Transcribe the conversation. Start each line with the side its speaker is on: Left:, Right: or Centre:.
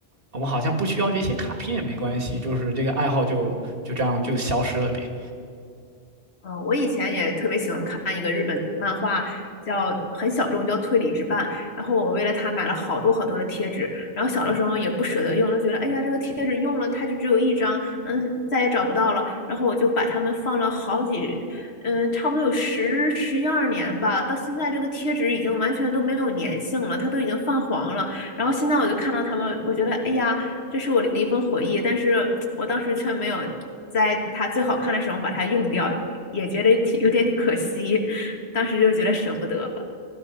Right: 我好像不需要这些卡片也没关系，就是这个爱好就就这样就消失了呗。
Left: 嗯，呃我以前也特别喜欢看一个日本漫画，叫很小众，叫《推理之绊》。然后我为了它买了好多好多的贴纸，然后小的时候也不舍得用，就觉得哎呀，这个贴纸用了它就只有一张，嗯，再也找不到了。然后我就把它们放了好几，嗯，差不多有十十一二年吧。到现在这个贴纸已经完全都没有粘性了，它都已经泛黄了。然后现在我就看到它们，我觉得哎呀。这是我的一份回忆，但是我当时却没有在它最好看的时候把它用掉，也觉得挺有点可惜，当时就觉得舍不得。